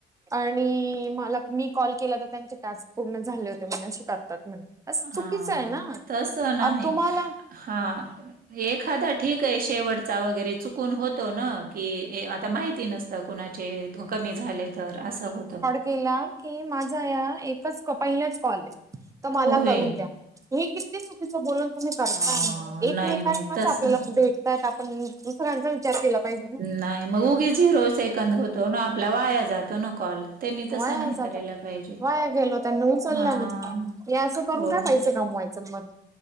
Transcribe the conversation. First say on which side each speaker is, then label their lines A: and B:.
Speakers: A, on the right; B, on the right.
A: आणि मला मी कॉल केला तर त्यांचे टास्क पूर्ण झाले होते म असे करतात म्हणे. अस
B: हा
A: चुकीचं आहे ना,
B: तसं नाही
A: अ तुम्हाला.
B: हा, एखादा ठीक आहे शेवटचा वगैरे चुकून होतो ना की, ये आता माहिती नसत. कुणाचे कमी झाले तर असं होतं.
A: गेला की माझा या एकच पहिलाच कॉल आहे तर मला
B: होय.
A: करून द्या. हे किती चुकीचं बोलून तुम्ही करताय
B: हां,
A: एकमेकांनाच
B: नाही, नाही तसं
A: आपल्याला भे ''--'' टायला आपण दुसऱ्यांच. चार तिला पाहिजे. ना
B: नाही मग उगी झिरो सेकंद होतो ना आपल्या वाया जातो ना कॉल. त्यांनी तसं
A: वाया
B: नाही
A: जात
B: करायला पाहिजे.
A: वाया गेलो त्यांना उचलला
B: हां,
A: मी हे असं करून
B: हो.
A: का पाहिजे. दमवायचं मग.